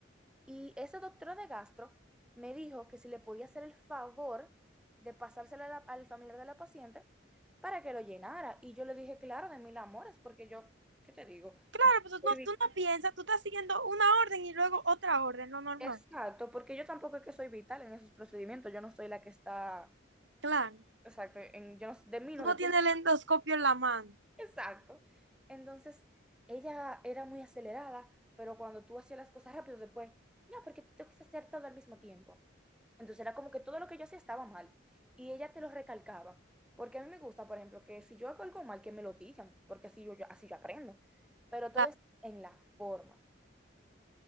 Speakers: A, in the centre; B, on the right.
A: y esa doctora de gastro me dijo que si le podía hacer el favor de pasárselo a la- al familiar de la paciente para que lo llenara. Y yo le dije, claro, de mil amores, porque yo, ¿qué te digo?
B: Claro, pues tú
A: Estoy
B: no, tú no piensas, tú estás siguiendo una orden y luego otra orden, lo normal.
A: Exacto, porque yo tampoco es que soy vital en esos procedimientos, yo no soy la que está,
B: Claro.
A: exacto, en, yo no- de mí no
B: Tú no
A: depende.
B: tienes el endoscopio en la mano.
A: Exacto. Entonces, ella era muy acelerada, pero cuando tú hacías las cosas rápido, después, no, porque tú te gusta hacer todo al mismo tiempo. Entonces era como que todo lo que yo hacía estaba mal y ella te lo recalcaba, porque a mí me gusta, por ejemplo, que si yo hago algo mal, que me lo digan, porque así yo, yo- así yo aprendo, pero todo
B: Claro.
A: es en la forma